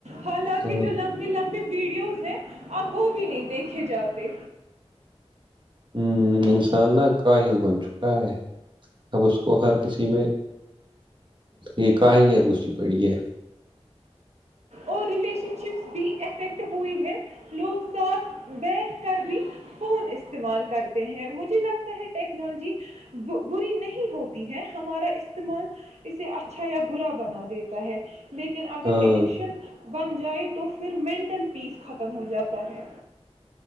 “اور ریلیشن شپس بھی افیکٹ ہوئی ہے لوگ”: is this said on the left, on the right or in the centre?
Right